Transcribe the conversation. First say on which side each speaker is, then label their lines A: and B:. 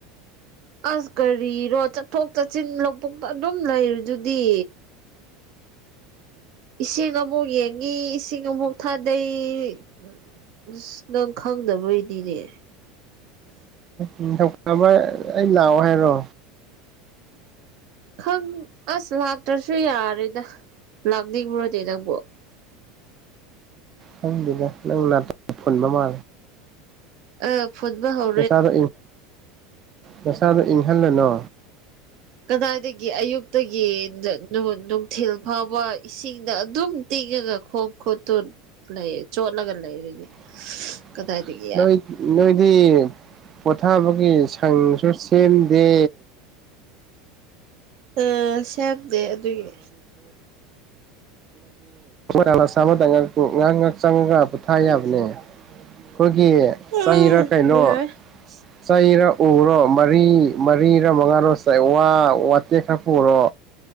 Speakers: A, on the right; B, on the right.
A: ꯑꯁ ꯀꯔꯤꯔꯣ ꯆꯠꯊꯣꯛ ꯆꯠꯁꯤꯟ ꯂꯧꯕꯨꯛꯇ ꯑꯗꯨꯝ ꯂꯩꯔꯦꯗꯨꯗꯤ ꯏꯁꯤꯡ ꯑꯃꯨꯛ ꯌꯦꯡꯉꯤ ꯏꯁꯤꯡ ꯑꯃꯨꯛ ꯊꯥꯗꯩ ꯎ ꯑꯁ ꯅꯪ ꯈꯪꯗꯕꯣꯏꯗꯤꯅꯦ
B: ꯅꯤꯡꯧꯕ ꯑꯩ ꯂꯥꯛꯑꯣ ꯍꯥꯏꯔꯣ
A: ꯈꯪ ꯑꯁ ꯂꯥꯛꯇ꯭ꯔꯁꯨ ꯌꯥꯔꯦꯗ ꯂꯥꯛꯅꯤꯡꯕꯨꯔꯗꯤ ꯅꯪꯕꯨ
B: ꯍꯪꯗꯗ ꯅꯪꯅꯅꯥ ꯐꯣꯟꯕ ꯃꯥ
A: ꯑ ꯐꯨꯠꯕ ꯍꯣ
B: ꯅꯁꯥꯗꯣ ꯅꯁꯥꯗ ꯏꯪꯍꯜꯂꯅꯣ
A: ꯀꯗꯥꯏꯗꯒꯤ ꯑꯌꯨꯛꯇꯒꯤ ꯅꯨꯡꯊꯤꯜ ꯐꯥꯎꯕ ꯏꯁꯤꯡꯗ ꯑꯗꯨꯝ ꯇꯤꯡꯉꯒ ꯈꯣꯡ ꯈꯣꯠꯇꯨ ꯂꯩ ꯆꯣ ꯑꯒ ꯂꯩꯗꯤ
B: <unintelligible>
A: ꯀꯗꯥꯏꯗꯒꯤ
B: ꯅꯣꯏ ꯅꯣꯏꯗꯤ ꯄꯣꯊꯥꯕꯒꯤ ꯁꯪꯁꯨ ꯁꯦꯝꯗꯦ
A: ꯑ ꯁꯦꯝꯗꯦ ꯑꯗꯨꯒꯤ
B: ꯥ ꯂꯥꯁꯥ <inaudible> ꯑꯃꯗ ꯉꯥꯏꯍꯥꯛ ꯉꯍꯥꯛ ꯆꯪꯉꯒ ꯄꯣꯠꯊꯥ ꯌꯥꯕꯅꯦ ꯑꯩꯈꯣꯏꯒꯤ ꯆꯩꯔ
A: ꯑ
B: ꯀꯩꯅꯣ
A: ꯌꯥꯏ
B: ꯆꯩꯔ ꯎꯔꯣ ꯃꯔꯤ ꯃꯔꯤꯔ ꯃꯉꯥꯔꯣ ꯆꯩꯋꯥ ꯋꯥꯇꯦꯛ ꯈꯔ ꯄꯨꯔꯣ